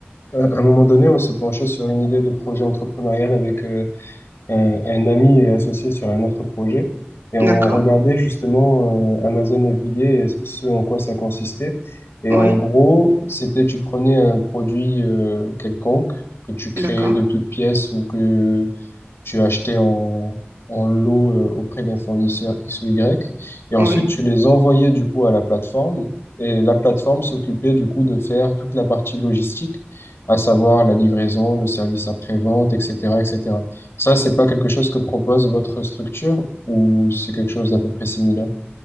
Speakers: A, on the left; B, on the right.
A: à à un moment donné, on se penchait sur une idée de projet entrepreneurial avec euh, un, un ami est associé sur un autre projet. Et on
B: D'accord.
A: regardait justement euh, Amazon FBA et ce en quoi ça consistait. Et
B: Oui.
A: en gros, c'était tu prenais un produit euh, quelconque que tu créais
B: D'accord.
A: de toutes pièces ou que tu achetais en, en lot euh, auprès d'un fournisseur X ou Y. Et ensuite,
B: Oui.
A: tu les envoyais du coup à la plateforme. Et la plateforme s'occupait du coup de faire toute la partie logistique, à savoir la livraison, le service après-vente, etc., etc. Ça, c'est pas quelque chose que propose votre structure ou c'est quelque chose d'à peu près similaire?